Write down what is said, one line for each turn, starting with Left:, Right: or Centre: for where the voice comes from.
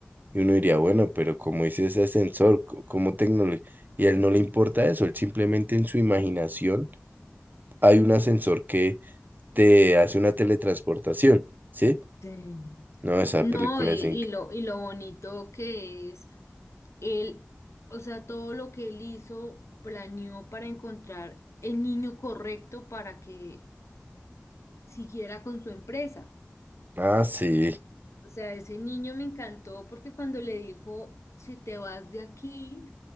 Right: Y uno diría, bueno, pero ¿cómo hizo ese ascensor? Co- ¿Cómo tecnología? Y a él no le importa eso, él simplemente en su imaginación hay un ascensor que te hace una teletransportación, ¿sí?
Left: Sí.
Right: No, esa
Left: No,
Right: película
Left: y, y
Right: es... inc-
Left: lo, y lo bonito que es él, o sea, todo lo que él hizo, planeó para encontrar el niño correcto para que siguiera con su empresa.
Right: Ah, sí,
Left: O sea, ese niño me encantó porque cuando le dijo, si te vas de aquí,